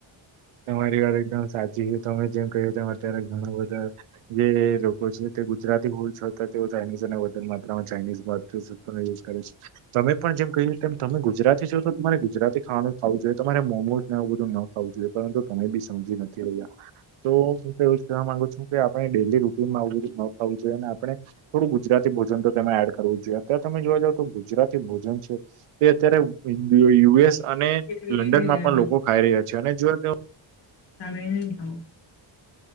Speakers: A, on the right (about 80°); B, on the left (about 55°).
A: તમારી વાત એકદમ સાચી છે. તમે જેમ કહ તેમ અત્યારે ઘણા બધા જે લોકો છે તે ગુજરાતી બોલ છતા તેઓ ચાઇનીઝ અને વધારે માત્રામાં ચાઇનીઝ યુઝ કરે તમે પણ જેમ કહ્યું તેમ, તમે ગુજરાતી છો તો તમારે ગુજરાતી ખાવાનું ખાવું જોઈએ. તમારે મોમોઝને એવું બધું ન ખાવું જોઈએ, પરંતુ તમે બી સમજી નથી રહ્યા તો એવું કહેવા માંગુ છું કે આપણે ડેલી રૂન થવું જોઈએ અને આપણે- થોડું ગુજરાતી ભોજન તો તેમે એડ કરવું જોઈએ. અત્યારે તમે જોવા જાવ તો ગુજરાતી ભોજન છે તે અત્યારે યુએસ અને
B: લઈને
A: લંડનમાં
B: જાય
A: પણ લોકો ખાઈ રહ્યા છે અને જો
B: તમે ની ખાવ?